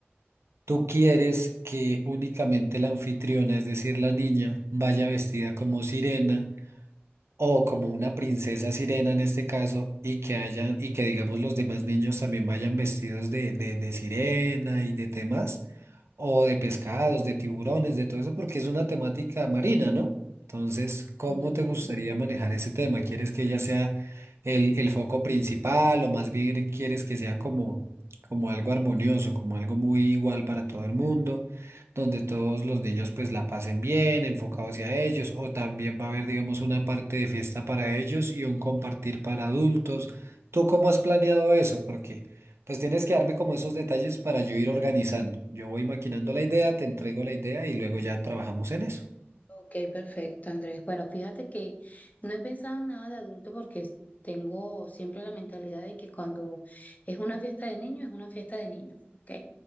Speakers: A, on the right (about 80°); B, on the left (about 35°).
A: ¿tú quieres que únicamente la anfitriona, es decir, la niña, vaya vestida como sirena o como una princesa sirena en este caso y que hayan y que digamos los demás niños también vayan vestidos de, de, de sirena y de temas? o de pescados, de tiburones, de todo eso, porque es una temática marina, ¿no? Entonces, ¿cómo
B: Sí.
A: te gustaría manejar ese tema? ¿Quieres que ella sea el, el foco principal o más bien quieres que sea como, como algo armonioso, como algo muy igual para todo el mundo, donde todos los niños pues la pasen bien, enfocados hacia ellos, o también va a haber, digamos, una parte de fiesta para ellos y un compartir para adultos? ¿Tú cómo has planeado eso? Porque... Pues tienes que darme como esos detalles para yo ir organizando. Yo voy maquinando la idea, te entrego la idea y luego ya trabajamos en eso.
B: Ok, perfecto, Andrés. Bueno, fíjate que no he pensado en nada de adulto porque tengo siempre la mentalidad de que cuando es una fiesta de niños, es una fiesta de niños. Ok,